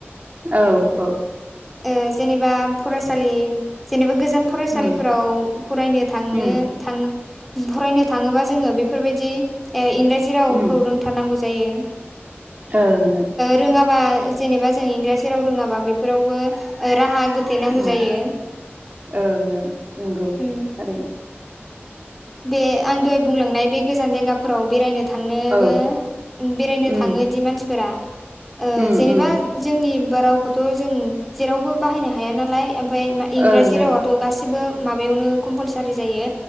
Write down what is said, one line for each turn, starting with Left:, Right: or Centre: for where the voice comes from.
Right: औ औ
Centre: ओ जेनेबा फरायसालि जेनेबा गोजान फरायसालिफोराव
Right: उम
Centre: फरायनो थांनो
Right: उम
Centre: थां फरायनो थाङोबा जोङो बेफोरबायदि ओ इंराजि रावखौ
Right: उम
Centre: रोंथारनांगौ जायो
Right: ओं ओं
Centre: रोङाबा जेनेबा जों इंराजि राव रोङाबा बेफोरावबो राहा गोथै नांगौ
Right: उम
Centre: जायो।
Right: ओं ओं नंगौ
Centre: उम
Right: थारैनो
Centre: बे आं दहाय बुंलांनाय बे गोजान जायगाफोराव बेरायनो थांनोबो
Right: औ
Centre: बेरायनो
Right: उम
Centre: थाङोदि मानसिफोरा ओ
Right: उम
Centre: जेनेबा
Right: उम
Centre: जोंनि बोरावखौथ' जों जेरावबो बाहायनो हाया नालाय ओमफाय मा इंराजि
Right: ओं ओं
Centre: रावाथ' गासिबो माबायावनो कमपालसारि जायो